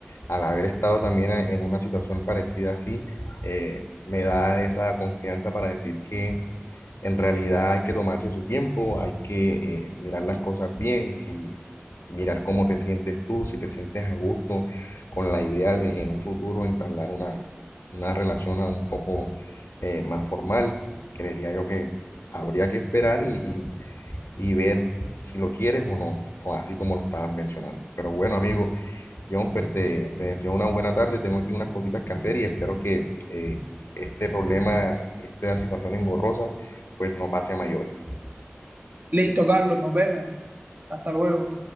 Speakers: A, on the left; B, on the right.
A: al haber estado también a- en una situación parecida así, eh, me da esa confianza para decir que en realidad hay que tomarse su tiempo, hay que eh, mirar las cosas bien, si mirar cómo te sientes tú, si te sientes a gusto con la idea de en un futuro entablar una, una relación a un poco eh, más formal, creería yo que habría que esperar y, y y ver si lo quieres o no, co- así como lo estabas mencionando. Pero bueno, amigo. Jonfer, te, te deseo una buena tarde. Tengo aquí unas cositas que hacer y espero que eh, este problema, esta situación engorrosa, pues no pase a mayores.
B: Listo, Carlos, nos vemos. Hasta luego.